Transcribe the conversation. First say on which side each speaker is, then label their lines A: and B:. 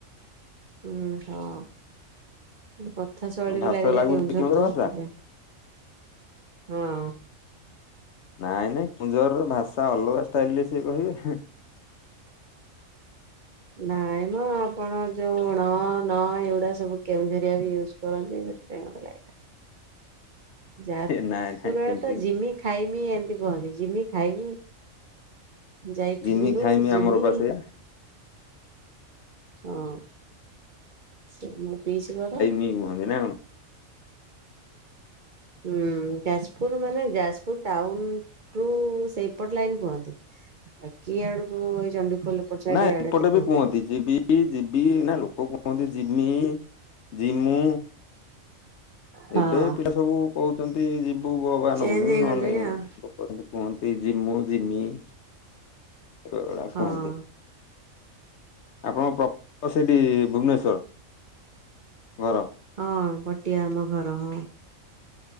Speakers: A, on the right; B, on the left.
A: ହୁଁ ହୋଉ। କଥା ଶୈଳୀରୁ
B: ଭାଷା
A: ଲାଗିଲା
B: ଲାଗୁଛି
A: କେଉଁଝର ତ
B: ଭାଷା
A: ସେଥିପାଇଁ ହଁ।
B: ନାଇଁ ନାଇଁ କେଉଁଝରର ଭାଷା ଅଲଗା ଷ୍ଟାଇଲରେ ସେ କହିବେ।
A: ନାଇଁମ ଆପଣ ଯୋଉ ନ ନ ଏଗୁଡା ସବୁ କେଉଁଝରିଆ ବି ୟୁଜ୍ କରନ୍ତି ସେଥିପାଇଁ ମତେ ଲାଗିଲା। ଯାଜପୁର
B: ଏ ନାଇଁ ନାଇଁ
A: ଆଡେ
B: ସେମିତି କିଛି
A: ଜିମି,
B: ନାହିଁ।
A: ଖାଇମି ଏମିତି କୁହନ୍ତି। ଜିମି ଖାଇମି। ଯାଇଥିଲୁ,
B: ଜିମି ଖାଇମି
A: ଜିମି।
B: ଆମର ପା ସେଇଆ
A: ହଁ ସେ ମୋ ପିଇସି ଘର।
B: ହୁଁ ନା କଣ।
A: ଉଁ ଯାଜପୁର ମାନେ ଯାଜପୁର ଟାଉନ ରୁ ସେଇପଟ ଲାଇନ କୁହନ୍ତି। ଆ କିଏ ଆଡକୁ ଏଇ ଚଣ୍ଡିଖୋଲ ଏପଟ ସାଇଡ୍
B: ନାଇଁ
A: ଆଡେ
B: ଏପଟେ
A: ଏତେ କୁହନ୍ତିନି।
B: ବି କୁହନ୍ତି ଯିବି ଯିବି ନା ଲୋକ କୁହନ୍ତି ଜିମି ଜିମୁ
A: ହଁ
B: ଏବେ ପିଲା ସବୁ କହୁଛନ୍ତି ଯିବୁ ବୋ ବା
A: ଚେଞ୍ଜ
B: ନଗୋଉଛନ୍ତି
A: ହେଇଗଲେଣି
B: ନହେଲେ
A: ଆଉ
B: କହୁଚନ୍ତି କୁହନ୍ତି ଜିମୁ ଜିମି ଏ ଭଳିଆ
A: ହଁ।
B: କୁହନ୍ତି। ଆପଣଙ୍କ ପ୍ରପର ସେଇଠି ଭୁବନେଶ୍ୱର ଘର
A: ହଁ ପଟିଆ ଆମ ଘର ହଁ